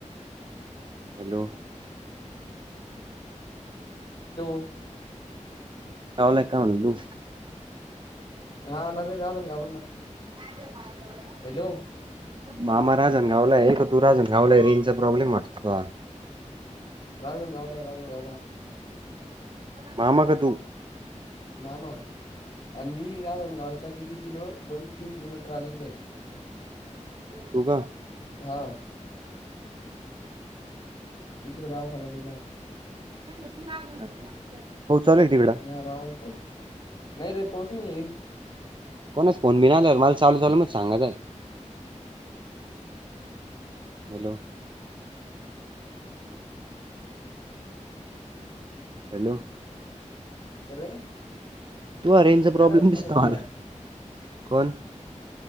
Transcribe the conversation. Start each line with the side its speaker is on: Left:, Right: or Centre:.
Right: hello.
Left: हॅलो.
Right: लावलाय का म्हणून तू.
Left: हा नरे राजन का
Right: काय ते पार्लर.
Left: हॅलो
Right: मामा राजण गावला आहे का तू राजणगावलाय रेंजचा प्रॉब्लेम वाटत त.
Left: राजन गवला ये राजन गवला
Right: मामा का तू
Left: मामा आणि मी राजणगावच्या किती किलोमी दोन तीन किलोमीटर आलीकडे
Right: तू का
Left: हा एकस दाऊखान दिला
Right: पाऊस चालू ये का तिकडं
Left: हा मामा पाऊस नाही रे पाऊस नाही ये
Right: कोणाच फोन बिन आला मला चालू चालू मध्ये सांगत जाय हॅलो हॅलो
Left: अरे
Right: तू आ रेंजचा
Left: काय
Right: प्रॉब्लेम
Left: करता
Right: दिसतो
Left: पण ती
Right: मला
Left: यार
Right: कोण